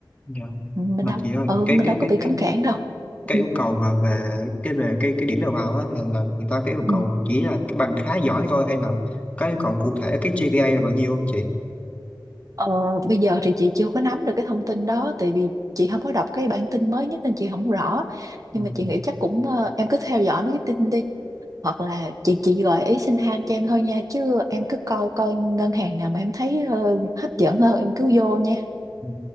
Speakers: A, on the left; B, on the right.
A: Dạ.
B: Mình
A: mà
B: đâu
A: chị ơi
B: ừ
A: cái
B: mình
A: cái
B: đâu có
A: cái
B: bị cấm
A: cái
B: cản đâu.
A: cái
B: Ừ.
A: yêu cầu mà về cái về cái cái điểm đầu vào á là là người ta cái yêu cầu
B: ừ.
A: chỉ là cái bằng khá giỏi thôi hay là có yêu cầu cụ thể cái GPA là bao nhiêu không chị
B: Ờ, bây giờ thì chị chưa có nắm được cái thông tin đó tại vì chị không có đọc cái bản tin mới nhất nên chị không rõ nhưng
A: ừ.
B: mà chị nghĩ chắc cũng ờ, em cứ theo dõi mấy cái tin đi hoặc là chị chị gợi ý xin han cho em thôi nha chứ em cứ coi coi ngân hàng nào mà em thấy ờ, hấp dẫn hơn em cứ vô nha
A: Ừ.